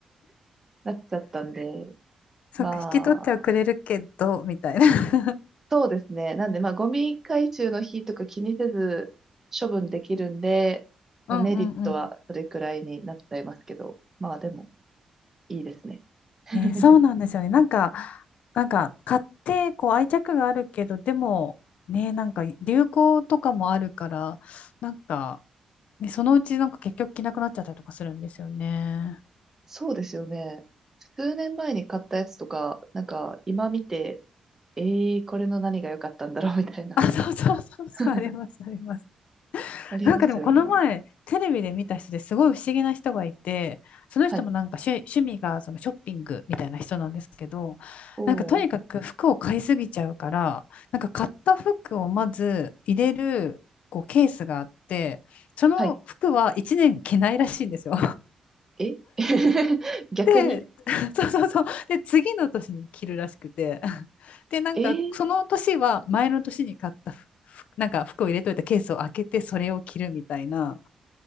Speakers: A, on the right (about 20°); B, on the left (about 85°).
A: <laughs> なっちゃったんで、
B: <laughs> そっか、
A: まあ、
B: 引き取ってはくれるけど、みたいな。<laughs>
A: そうですね。なんで、まあ、ゴミ回収の日とか気にせず処分できるんで、まあ、
B: うんうんうん。
A: メリットはそれくらいになっちゃいますけど、まあでも、いいですね。<laughs>
B: ね、そうなんですよね。なんか、なんか、買って、こう、愛着があるけど、でも、ね、なんか、流行とかもあるから、なんか、ね、そのうち、なんか、結局着なくなっちゃったりとかするんですよね。
A: そうですよね。数年前に買ったやつとか、なんか今見て、ええー、これの何が良かったんだろうみたいな、
B: あ、そうそうそうそう、
A: <laughs>
B: あります、あります。
A: ありますよね。
B: なんかでもこの前、テレビで見た人ですごい不思議な人がいて、その人もなんか趣、
A: はい。
B: 趣味がそのショッピングみたいな人なんですけど、
A: おー。
B: なんかとにかく服を買いすぎちゃうから、なんか買った服をまず入れるこうケースがあって、その服は1年着ないらしいんですよ。
A: はい。え <laughs> 逆に
B: で、<laughs> そうそうそう。で、次の年に着るらしくて。で、なんかその年は前の年に買った服、
A: えー、
B: なんか服を入れといたケースを開けてそれを着るみたいな。